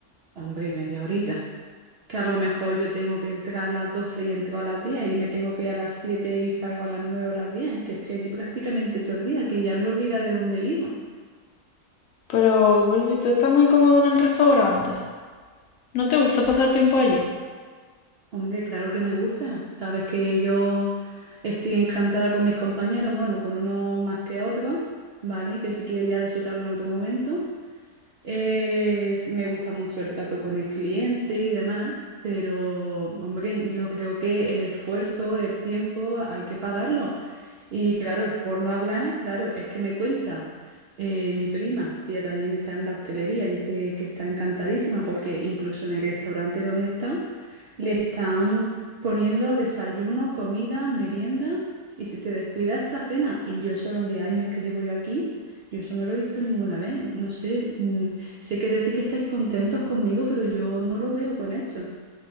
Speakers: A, on the right; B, on the left.
A: Hombre, media horita. Que a lo mejor yo tengo que entrar a las 12 y entro a las 10 y me tengo que ir a las 7 y salgo a las 9 o las 10, que estoy aquí prácticamente todo el día, que ya me he olvidado de dónde vivo.
B: Pero, pero si tú estás muy cómodo en el restaurante, ¿no te gusta pasar tiempo allí?
A: Hombre, claro que me gusta. Sabes que yo estoy encantada con mis compañeros, bueno, con unos más que otros, ¿vale? Que si quieres ya de eso te hablo en otro momento. Eh, me gusta mucho el trato con el cliente y demás, pero, hombre, yo creo que el esfuerzo, el tiempo, hay que pagarlo. Y claro, por no hablar, claro, es que me cuenta eh, mi prima, que ella también está en la hostelería, dice que está encantadísima porque incluso en el restaurante donde está le están poniendo desayuno, comida, merienda y si te descuidas esta cena. Y yo eso los 10 años que llevo yo aquí, yo eso no lo he visto ninguna vez. No sé, mm, sé que decís que estáis contentos conmigo, pero yo no lo veo con hecho.